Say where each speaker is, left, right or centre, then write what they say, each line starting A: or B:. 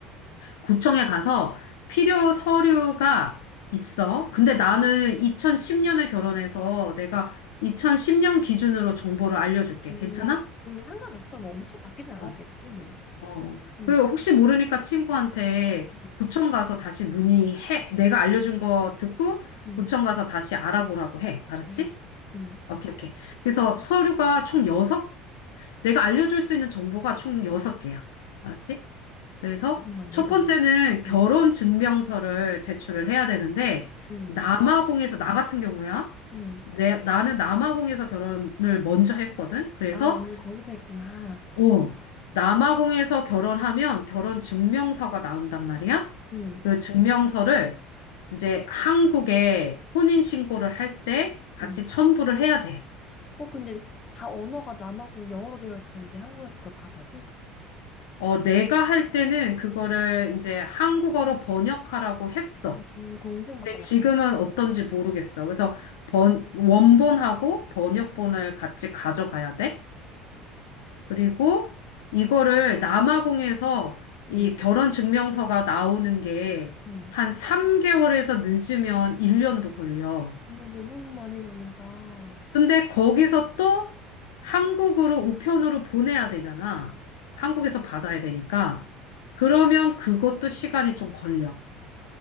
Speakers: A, on the left; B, on the left.
A: 구청에 가서 필요 서류가 있어. 근데 나는 2010년에 결혼해서 내가 2010년 기준으로 정보를 알려줄게.
B: 음,
A: 괜찮아?
B: 음, 상관없어. 뭐 엄청 바뀌진
A: 어,
B: 않았겠지,
A: 어.
B: 뭐.
A: 어.
B: 음,
A: 그리고 혹시 모르니까 친구한테
B: 음,
A: 구청 가서 다시 문의해. 내가 알려준 거 듣고
B: 음,
A: 구청 가서 다시 알아보라고 해. 알았지?
B: 알겠어. 음,
A: 오케이, 오케이. 그래서 서류가 총 여섯. 내가 알려줄 수 있는 정보가 총 6개야. 알았지? 그래서
B: 맞네,
A: 첫
B: 어.
A: 번째는 결혼
B: 음.
A: 증명서를 제출을 해야 되는데,
B: 음,
A: 남아공에서, 나 같은 경우야,
B: 음.
A: 내, 나는 남아공에서 결혼을 먼저 했거든. 그래서,
B: 아, 언니 거기서 했구나.
A: 어, 남아공에서 결혼하면 결혼 증명서가 나온단 말이야.
B: 음,
A: 그 증명서를 이제 한국에 혼인신고를 할 때 같이
B: 음.
A: 첨부를 해야 돼.
B: 어, 근데 다 언어가 남아공 영어로 되어 있을 텐데 한국에서 그걸 받아줘?
A: 어, 내가 할 때는 그거를 이제 한국어로 번역하라고 했어.
B: 음, 공증받거나
A: 근데 지금은
B: 그랬나?
A: 어떤지 모르겠어. 그래서
B: 음,
A: 번, 원본하고 번역본을 같이 가져가야 돼. 그리고 이거를 남아공에서
B: 음.
A: 이 결혼 증명서가 나오는 게
B: 음.
A: 한 3개월에서 늦으면 1년도 걸려.
B: 어머, 너무 많이 걸린다. 어,
A: 근데 거기서 또 한국으로 우편으로 보내야 되잖아. 한국에서 받아야 되니까. 그러면 그것도 시간이 좀 걸려.